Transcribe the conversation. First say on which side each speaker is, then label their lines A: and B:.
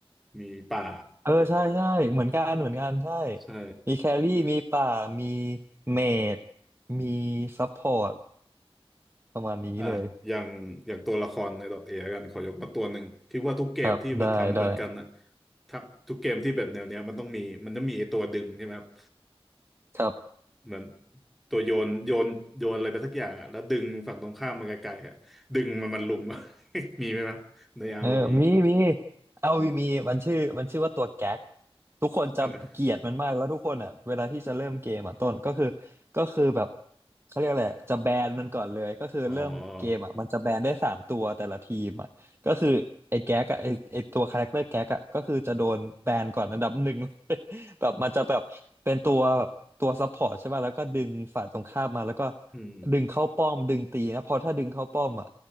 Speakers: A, in the centre; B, on the right (about 25°).
A: มีป่า
B: เออใช่ใช่เหมือนกันเหมือนกันใช่
A: ใช่
B: มีแครี่มีป่ามีเมจมีซัพพอร์ตประมาณนี้เลย
A: อ่ะอย่างอย่างตัวละครใน .A กันขอยกมาตัวหนึ่งคิดว่าทุกเกมที่มันทำเหมือนกันอ่ะ
B: ครับได้ได้
A: ถ้าทุกเกมที่แบบแนวเนี้ยมันต้องมีมันต้องมีไอ้ตัวดึงใช่ไหมครับ
B: ครับ
A: เหมือนตัวโยนโยนโยนอะไรไปสักอย่างอะแล้วดึงฝั่งตรงข้ามมันไกลๆอ่ะดึงมันมันลุม <laughs> มีไหมครับใน ROV
B: เออมีมีเอาวีมีมันชื่อมันชื่อว่าตัวแก๊กทุกคนจะเกลียดมันมากแล้วทุกคนอ่ะเวลาที่จะเริ่มเกมอ่ะต้นก็คือ
A: เออ
B: ก็คือแบบเขาเรียกอะไรจะแบนมันก่อนเลยก็คือเริ่มเกมอ่ะมันจะแบนได้สามตัวแต่ละทีมอ่ะก็คือไอ้แก๊กอ่ะไอ้ไอ้ตัวคาแรคเตอร์แก๊กอ่ะก็คือจะโดนแบนก่อนอันดับหนึ่ง
A: อ๋อ
B: <laughs> แบบมันจะแบบเป็นตัวแบบตัวซัพพอร์ตใช่ป่ะแล้วก็ดึงฝ่ายตรงข้ามมาแล้วก็
A: อืม
B: ดึงเข้าป้อมดึงตีนะเพอถ้าดึงเข้าป้อมอ่ะ